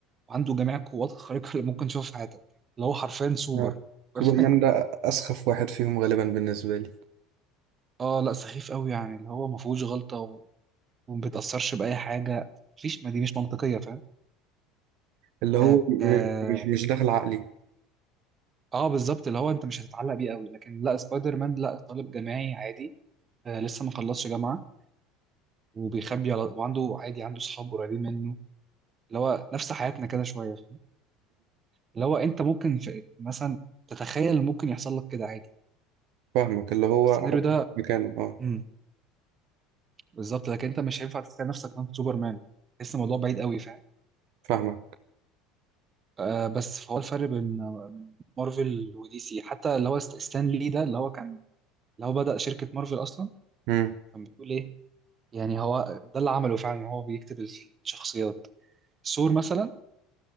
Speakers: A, on the right; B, on the right.
A: وعنده جميع القوات الخارقه اللي ممكن تشوفها في حياتك اللي هو حرفيا سوبر
B: آه. سوبرمان
A: <laughs>
B: ده أسخف واحد فيهم غالبا بالنسبة لي
A: اه لا سخيف قوي يعني اللي هو ما فيهوش غلطه و- وما بيتاثرش باي حاجه مفيش ما دي مش منطقيه فاهم
B: اللي هو
A: اه,
B: م-
A: آه
B: مش مش داخل عقلي
A: آه، بالظبط اللي هو انت مش هتتعلق بيه قوي لكن لا سبايدر مان لا طالب جامعي عادي آه لسه ما خلصش جامعه وبيخبي على وعنده عادي عنده صحاب قريبين منه اللي هو نفس حياتنا كده شويه فاهم؟ اللي هو انت ممكن في مثلا تتخيل إن ممكن يحصل لك كده عادي
B: فاهمك اللي هو
A: السيناريو
B: أحط
A: ده
B: مكانه أه
A: امم بالظبط لكن انت مش هينفع تتخيل نفسك انت سوبرمان تحس الموضوع بعيد قوي فاهم
B: فاهمك
A: آه بس فهو الفرق بين بين مارفل ودي سي حتى اللي هو ست- ستان لي ده اللي هو كان اللي هو بدأ شركه مارفل اصلا
B: مم.
A: كان بتقول ايه يعني هو ده اللي عمله فعلا هو بيكتب الشخصيات ثور مثلا